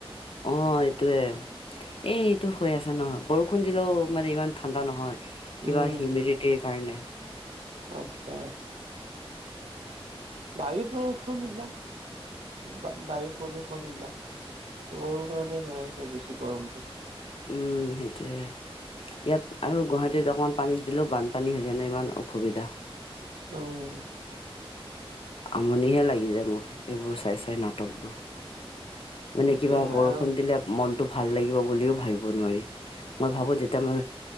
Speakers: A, on the left; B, on the right.
A: অ এইটোৱে এই এইটো হৈ আছে নহয় বৰষুণ দিলেও মানে ইমান ঠাণ্ডা নহয়
B: উম
A: কিবা হিউমিডিটিৰ কাৰণে
B: আচ্ছা বায়ু প্ৰদূষণ এইবিলাক বা বায়ু প্ৰদূষণ এইবিলাক সেইবোৰৰ কাৰণে হৈ আছে বেছি গৰমটো
A: উম সেইটোয়ে ইয়াত আৰু গুৱাহাটীত অকমান পানীত দিলেও বানপানী হৈ জান ইমান অসুবিধা
B: অ
A: আমনিহে লাগি যায় মোক এইবোৰ চাই চাই নাটকবোৰ
B: ঠিকে
A: মানে কিবা বৰষুণ
B: আৰু
A: দিলে মনটো ভাল লাগিব বুলিও ভাবিব নোৱাৰি মই ভাবোঁ তেতিয়া মই